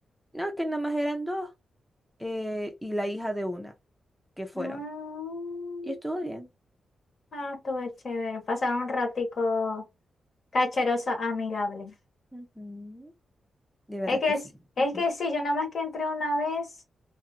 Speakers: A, in the centre; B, on the left.
A: No, que nada más eran dos eh, y la hija de una que fueron.
B: Mm,
A: Y estuvo bien.
B: ah, estuve chévere. Pasaron un ratico cacheroso, amigable.
A: Ujú. De verdad
B: Es que,
A: que
B: es,
A: sí.
B: es
A: Ujú.
B: que sí, yo nada más que entré una vez